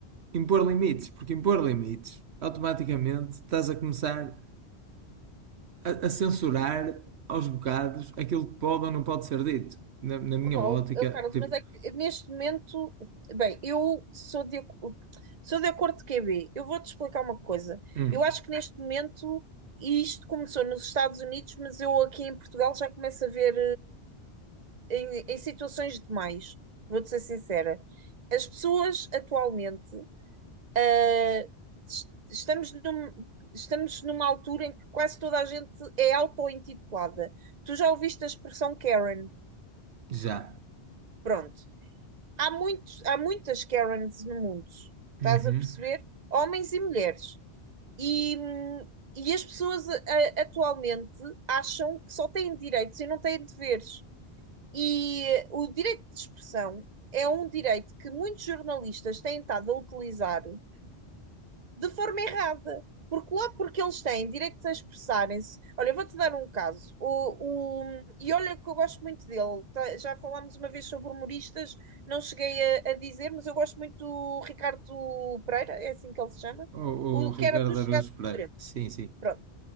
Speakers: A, on the right; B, on the right.
A: impor limites, porque impor limites, automaticamente estás a começar a, a censurar aos bocados aquilo que pode ou não pode ser dito. Na, na minha
B: Opa,
A: ótica,
B: ó, ó, Carlos,
A: tipo,
B: mas é que neste momento, bem, eu sou de, ac- sou de acordo com o QB. Eu vou-te explicar uma coisa.
A: hum,
B: Eu acho que neste momento, e isto começou nos Estados Unidos, mas eu aqui em Portugal já começo a ver eh, em, em situações demais. Vou-te ser sincera. As pessoas atualmente, eh, es- estamos num- estamos numa altura em que quase toda a gente é auto-intitulada. Tu já ouviste a expressão Karen?
A: já.
B: Pronto. há muitos, há muitas Karens no mundo, estás
A: Uhum.
B: a perceber? Homens e mulheres. E, hum, e as pessoas a- a- atualmente acham que só têm direitos e não têm deveres. E eh, o direito de expressão é um direito que muitos jornalistas têm estado a utilizar de forma errada. Porque lá porque eles têm direito a expressarem-se. Olha, eu vou-te dar um caso. O, o, e olha que eu gosto muito dele. Tá- Já falámos uma vez sobre humoristas, não cheguei a, a dizer, mas eu gosto muito do Ricardo Pereira, é assim que ele se chama.
A: O, o
B: O que
A: Ricardo
B: era dos
A: Araújo
B: Gatos
A: Pereira.
B: Fedorentos.
A: Sim, sim.
B: Pronto.